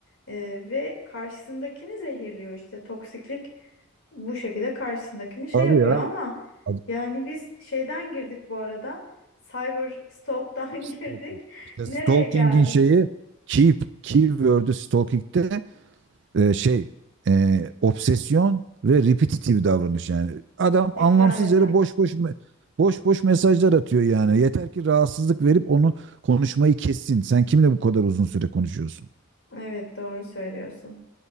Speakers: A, on the left; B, on the right.
A: eee, ve karşısındakini zehirliyor işte toksiklik bu şekilde karşısındakini şey
B: Abi
A: yapıyor
B: ya
A: ama.
B: adam
A: Yani biz şeyden girdik bu arada. Cyber stalk'tan
B: işte
A: <laughs> girdik.
B: işte
A: Nereye
B: stalking'in
A: geldik?
B: şeyi keep keyword'ü stalking'de e, şey e, obsesyon ve repetitive davranış yani. Adam
A: Tekrar
B: anlamsız
A: eden.
B: yere boş boş me- boş boş mesajlar atıyor yani. Yeter ki rahatsızlık verip onu konuşmayı kessin. Sen kimle bu kadar uzun süre konuşuyorsun?
A: Evet doğru söylüyorsun.